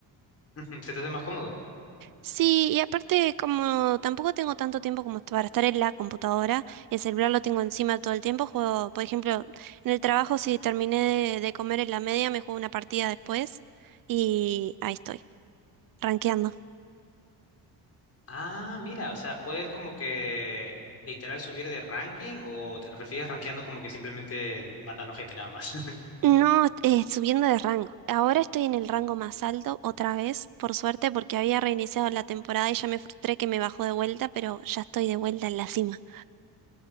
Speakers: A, on the left; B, on the right.
A: <laughs> ¿Se te hace más cómodo?
B: Sí, y aparte como tampoco tengo tanto tiempo como para estar en la computadora, el celular lo tengo encima todo el tiempo, juego, por ejemplo, en el trabajo si terminé de, de comer en la media, me juego una partida después y ahí estoy, rankeando.
A: Ah, mira, o sea, puedes como que literal subir de ranking o te refieres rankeando como que simplemente matando gente nada más. <laughs>
B: No, eh, subiendo de rango. Ahora estoy en el rango más alto otra vez, por suerte, porque había reiniciado la temporada y ya me frustré que me bajó de vuelta, pero ya estoy de vuelta en la cima.